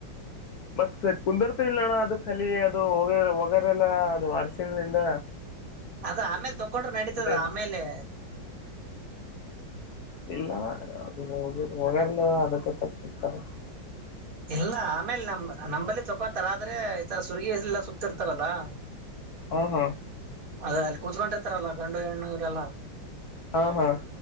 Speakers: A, on the left (about 65°); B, on the right (about 50°).
A: ಮತ್ ಕುಂದರ್ತ ಇಲ್ಲಣ್ಣ ಅದು ಕಲಿ ಅದು ಹೋಗ ಹೋಗಾರಲ್ಲ ಅದು ಅರಸನ್ಲಿಂದ
B: ಅದ ಆಮೇಲೆ ತಕೊಂಡರು ನಡೀತದ
A: ಇಲ್ಲ
B: ಆಮೇಲೆ
A: ಇಲ್ಲ ಅದು ಹೋಗರ್ಲು ಅದಕ್ಕೆ ತತಿತಾರೆ
B: ಇಲ್ಲ ಆಮೇಲ್ ನಮ್ ನಂಬಲ್ಲಿ ತಕೋತರ್ ಆದ್ರೆ ಈ ತರ ಸುರ್ಗಿ ಎಲ್ಲಾ ಸುತ್ತಿರ್ತಾರಲ್ಲ <unintelligible> <inaudible>
A: ಹಾ ಹಾ
B: ಅದ ಅಲ್ ಕುತ್ಕೊಂಡಿರ್ತಾರಲ ಗಂಡು ಹೆಣ್ಣು ಇವ್ರೆಲ
A: ಹಾ ಹ